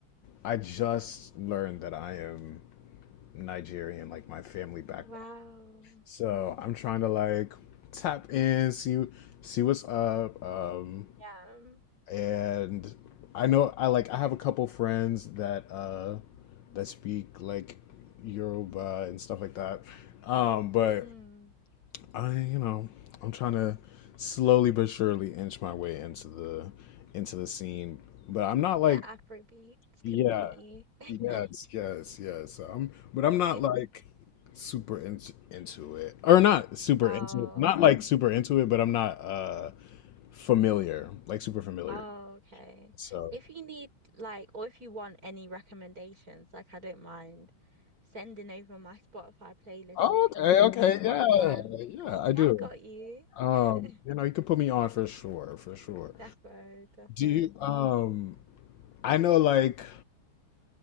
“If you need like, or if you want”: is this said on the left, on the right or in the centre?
Right